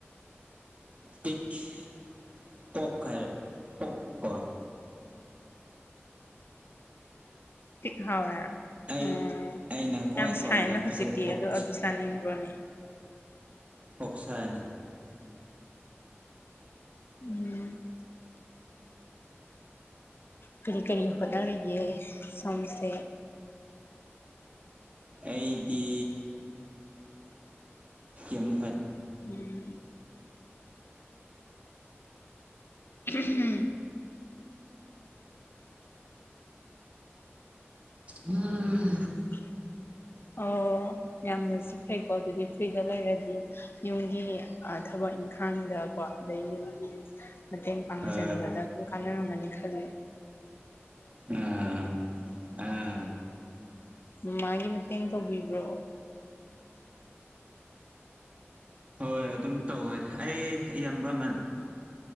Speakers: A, on the right; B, on the left.
A: ꯇꯤꯛꯈꯤ ꯀꯣꯄ ꯈꯥꯏꯔꯥ ꯀꯣꯄ ꯀꯣ
B: ꯇꯤ ꯍꯥꯎꯋꯦ
A: ꯑꯩ
B: ꯎꯝ
A: ꯑꯩꯅ ꯈ꯭ꯋꯥꯏ
B: ꯌꯥꯝ
A: ꯄꯥꯝꯖꯕꯁꯦ
B: ꯁꯥꯏꯅ ꯍꯧꯖꯤꯛꯇꯤ
A: ꯑꯣꯛ
B: ꯑꯗꯨ ꯑꯗꯨ ꯆꯥꯅꯤꯡꯕ꯭ꯔꯣꯅꯦ
A: ꯑꯣꯛꯁꯥꯅꯤ
B: ꯎꯝ ꯀꯔꯤ ꯀꯔꯤ ꯍꯣꯠꯅꯔꯤꯒꯦ ꯁꯣꯝꯁꯦ
A: ꯑꯩꯗꯤ ꯀꯩꯝ ꯍꯣꯠ
B: ꯎꯝ ꯎꯝ
A: ꯎꯝ
B: <inaudible> ꯑꯣ ꯌꯥꯝꯅꯁꯨ ꯐꯩꯀꯣ ꯑꯗꯨꯗꯤ ꯐ꯭ꯔꯤꯗ ꯂꯩꯔꯗꯤ ꯌꯨꯝꯒꯤ ꯑ- ꯊꯕꯛ ꯏꯪꯈꯥꯡꯗ ꯀꯣ ꯑꯗꯒꯤ ꯌꯨꯝꯒꯤ ꯃꯇꯦꯡ ꯄꯥꯡꯁꯟꯕꯗ
A: ꯑ
B: ꯑꯗꯨꯝ ꯀꯥꯟꯅꯔꯝꯒꯅꯤ ꯈꯜꯂꯦ
A: ꯑꯥ ꯑꯥ
B: ꯃꯃꯥꯒꯤ ꯃꯇꯦꯡ ꯇꯧꯕꯤꯕ꯭ꯔꯣ
A: ꯍꯣꯏ ꯑꯗꯨꯝ ꯇꯧꯋꯦ ꯑꯩ ꯑꯌꯥꯝꯕ ꯃ